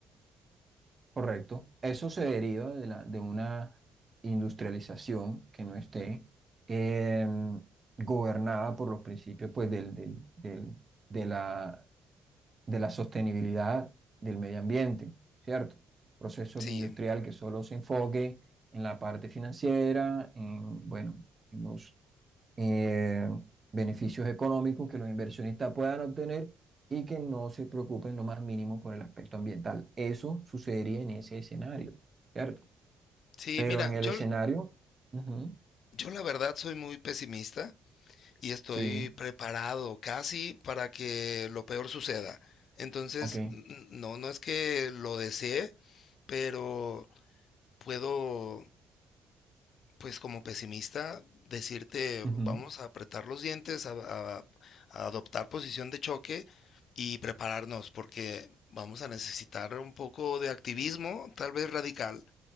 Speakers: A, on the right; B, on the left.
A: Correcto. Eso se deriva de, la, de una industrialización que no esté em, gobernada por los principios pues, del, del- del- de la, de la sostenibilidad del medio ambiente, ¿cierto? Proceso
B: Sí,
A: industrial que solo se enfoque en la parte financiera, en, bueno, en los eh, beneficios económicos que los inversionistas puedan obtener y que no se preocupen lo más mínimo por el aspecto ambiental. Eso sucedería en ese escenario, ¿cierto?
B: sí,
A: Pero
B: mira,
A: en el
B: yo
A: escenario, ujú,
B: Yo la verdad soy muy pesimista y estoy
A: sí,
B: preparado casi para que lo peor suceda. Entonces,
A: ok.
B: n- no, no es que lo desee, pero puedo, pues como pesimista, decirte,
A: ujú,
B: vamos a apretar los dientes, a, a- a adoptar posición de choque y prepararnos, porque vamos a necesitar un poco de activismo, tal vez radical,